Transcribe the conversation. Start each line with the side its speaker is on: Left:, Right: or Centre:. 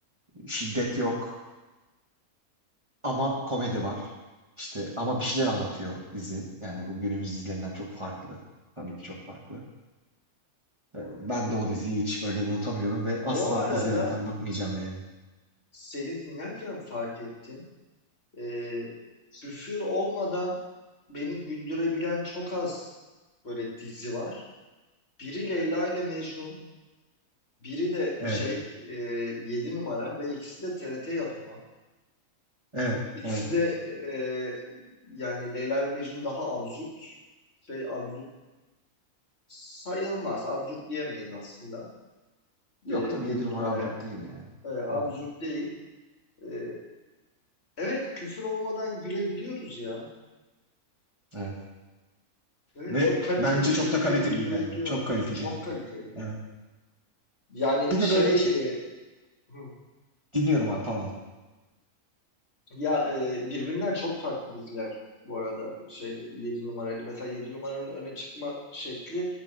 Right: şiddet yok ama komedi var. İşte ama bir şeyler anlatıyor dizi. Yani bu günümüz dizilerinden çok farklı. Tabii ki çok farklı. Ben de o diziyi hiç böyle unutamıyorum
Left: Bu
Right: ve asla
Left: arada
Right: izlemekten bıkmayacağım yani.
Left: seni dinlerken fark ettim. e, küfür olmadan beni güldürebilen çok az böyle dizi var. Biri Leyla ile Mecnun, biri de
Right: Evet,
Left: şey e, 7 numara ve ikisi de TRT yapımı.
Right: evet,
Left: İkisi
Right: evet.
Left: de e, yani Leyla ile Mecnun daha absürt. Şey absürt sayılmaz. Absürt diyemeyiz aslında
Right: Yok
Left: e,
Right: tabii
Left: 7
Right: 7 numara
Left: numaraya.
Right: absürt değil yani.
Left: E, absürt
Right: Hı hı,
Left: değil. E, evet küfür olmadan gülebiliyoruz ya.
Right: Evet.
Left: Evet
Right: Ve
Left: çok kaliteli
Right: bence
Left: bir şekilde
Right: çok da kaliteli
Left: güldürebiliyorlar.
Right: yani. Çok kaliteli.
Left: Çok kaliteli.
Right: Evet.
Left: Yani
Right: Bir de
Left: şey
Right: böyle şey
Left: e, hı,
Right: dinliyorum abi pardon.
Left: ya e, birbirinden çok farklı diziler bu arada şeyle 7 numaraydı. Mesela yedi numaranın öne çıkma şekli